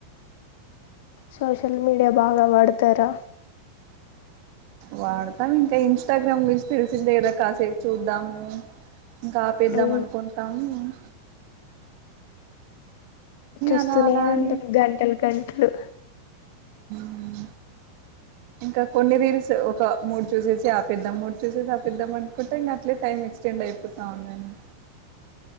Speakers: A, on the left (about 50°); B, on the right (about 45°).
A: సోషల్ మీడియా బాగా వాడతారా
B: వాడతాం ఇంకా ఇన్స్టాగ్రామ్ గురించి తెలిసిందే కదా కాసేపు చూద్దము ఇంకా ఆపేద్దాం
A: మ్మ్
B: అనుకుంటాం ఊమ్
A: చూస్తూనే
B: అలా అలా
A: ఉంటది
B: అని
A: గంటలు గంటలు
B: మ్మ్ ఇంకా కొన్ని రీల్స్ ఒక మూడు చూసేసి ఆపేద్దాం మూడు చూసేసి ఆపేద్దాం అనుకుంటే ఇంకా అట్లే టైం ఎక్స్టెండ్ అయిపోతా ఉదండి